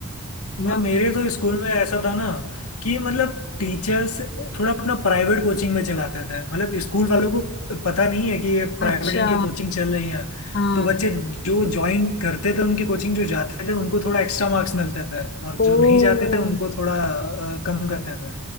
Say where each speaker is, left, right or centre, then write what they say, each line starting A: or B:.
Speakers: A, on the left; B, on the left.
A: है ना
B: और मेरे तो स्कूल में ऐसा था ना कि मतलब टीचर्स थोड़ा अपना प्राइवेट कोचिंग में चलाते थे मतलब स्कूल वालों को पता नहीं है कि ये प्राइवेट
A: अच्छा
B: इनकी कोचिंग चल रही है
A: हाँ
B: तो बच्चे जो ज्वाइन करते थे उनकी कोचिंग जो जाते थे उनको थोड़ा एक्स्ट्रा मार्क्स मिलते थे और
A: ओ
B: जो नहीं जाते थे उनको थोड़ा अ, कम करते थे